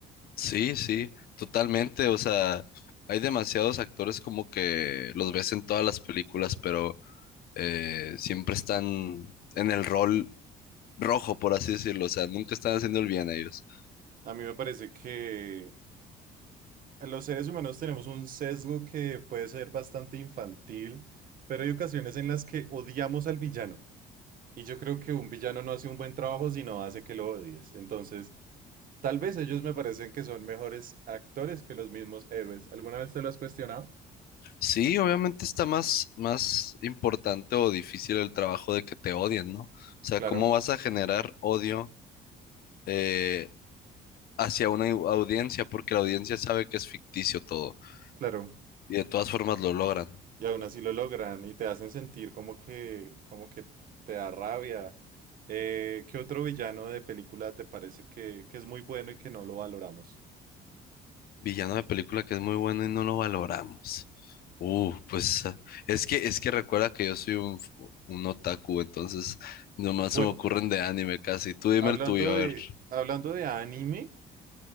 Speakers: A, on the left; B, on the right.
A: Sí, sí, totalmente. O sea, hay demasiados actores como que los ves en todas las películas, pero eh, siempre están en el rol rojo, por así decirlo. O sea, nunca están haciendo el bien ellos.
B: A mí me parece que, Los seres humanos tenemos un sesgo que puede ser bastante infantil, pero hay ocasiones en las que odiamos al villano. Y yo creo que un villano no hace un buen trabajo si no hace que lo odies. Entonces, tal vez ellos me parecen que son mejores actores que los mismos héroes. ¿Alguna vez te lo has cuestionado?
A: Sí, obviamente está más, más importante o difícil el trabajo de que te odien, ¿no? O sea,
B: Claro,
A: ¿cómo vas a generar odio eh, hacia una au- audiencia? Porque la audiencia sabe que es ficticio todo
B: claro.
A: y de todas formas lo logran.
B: Y aún así lo logran y te hacen sentir como que, como que te da rabia. Eh, ¿qué otro villano de película te parece que, que es muy bueno y que no lo valoramos?
A: Villano de película que es muy bueno y no lo valoramos. Uh, pues ah, es que es que recuerda que yo soy un, f- un otaku, entonces nomás
B: Bueno.
A: se me ocurren de anime casi. Tú dime
B: Hablando
A: el tuyo, a
B: de,
A: ver.
B: hablando de anime,